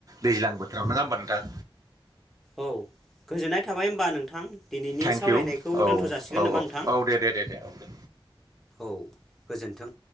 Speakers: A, on the right; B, in the centre.
A: दैज्लां बोथोराव नोङा होमबा नोंथां।
B: औ गोजोननाय थाबाय होनमबा नोंथां। दिनैनि
A: थेंकिउ
B: सावरायनायखौ
A: औ
B: दोन्थ' जासिगोन
A: औ
B: नामा
A: औ
B: नोंथां
A: औ दे दे दे दे औ दे।
B: औ गोजोन्थों।